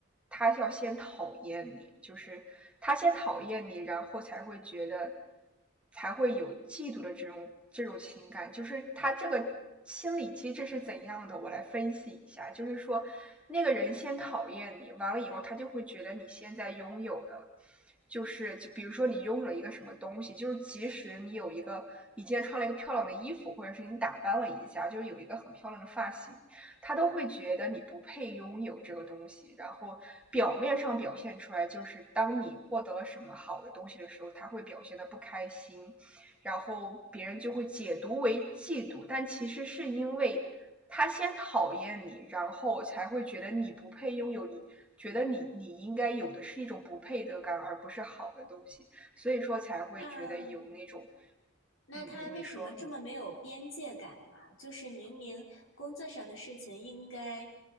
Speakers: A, in the centre; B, on the left.
A: 他要先讨厌你，就是他先讨厌你，然后才会觉得，才会有嫉妒的这种这种情感。就是他这个心理机制是怎样的？我来分析一下，就是说，那个人先讨厌你，完了以后，他就会觉得你现在拥有的。就是比如说你拥有了一个什么东西，就是即使你有一个，你今天穿了一个漂亮的衣服，或者是你打扮了一下，就是有一个很漂亮的发型，他都会觉得你不配拥有这个东西，然后表面上表现出来就是当你获得了什么好的东西的时候，他会表现的不开心，然后别人就会解读为嫉妒，但其实是因为他先讨厌你，然后才会觉得你不配拥有你，觉得你你应该有的是一种不配得感，而不是好的东西，所以说才会觉得有那种，
B: 那那他为什么这么没有边界感呀？
A: 嗯嗯，你说，嗯。
B: 就是明明工作上的事情应该